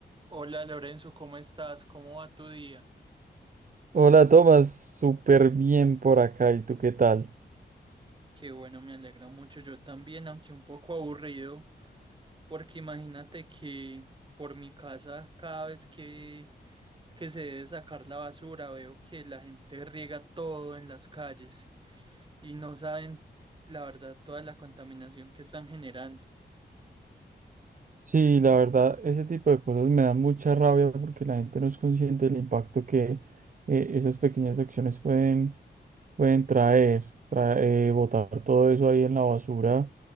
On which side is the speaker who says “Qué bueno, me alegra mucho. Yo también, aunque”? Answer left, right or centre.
Right